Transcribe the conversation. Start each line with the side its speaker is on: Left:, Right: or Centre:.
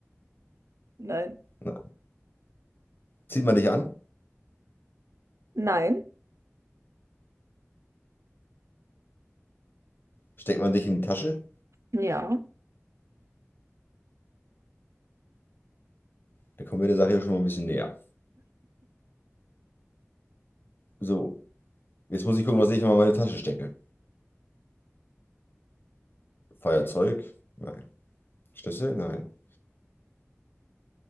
Right: Nein.
Left: ne? zieht man dich an,
Right: Nein.
Left: steckt man dich in die Tasche,
Right: Ja.
Left: dann kommen wir der Sache ja schon mal ein bisschen näher. So, jetzt muss ich gucken, was ich immer in meine Tasche stecke. Feuerzeug? Nein. Schlüssel? Nein.